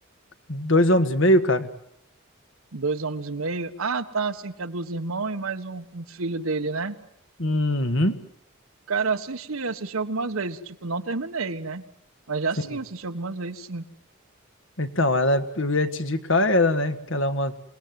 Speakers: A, on the left (about 65°); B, on the right (about 80°).
A: Dois Homens e Meio, cara?
B: Dois homens e meio. Ah, tá, assim, que é dos irmãos e mais um, um filho dele, né?
A: Uhum.
B: Cara, eu assisti, assisti algumas vezes. Tipo, não terminei, né? Mas já
A: Sim.
B: sim, assisti algumas vezes, sim.
A: Então, ela, eu ia te indicar ela, né? Que ela é uma,